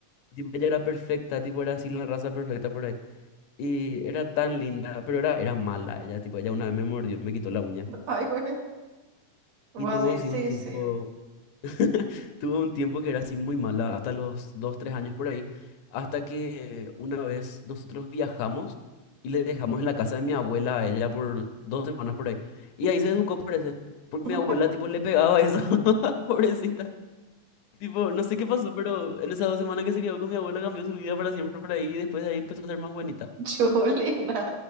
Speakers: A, on the left (about 85°); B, on the right (about 60°).
A: Tipo, ella era perfecta, tipo, era así la raza perfecta por ahí. Y era tan linda, pero era, era mala ella, tipo, ella una vez me mordió, me quitó la uña.
B: Ay, güey. Voy
A: Y tuvo
B: así,
A: así
B: sí,
A: un tiempo,
B: sí.
A: <laughs> Tuve un tiempo que era así muy mala, hasta los dos, tres años por ahí, hasta que una vez nosotros viajamos y le dejamos en la casa de mi abuela a ella por dos semanas por ahí. Y ahí se educó, parece, porque
B: <laughs>
A: mi abuela tipo le pegaba eso, <laughs> pobrecita. Tipo, no sé qué pasó, pero en esas dos semanas que se quedó con mi abuela cambió su vida para siempre por ahí y después de ahí empezó a ser más bonita.
B: Julina,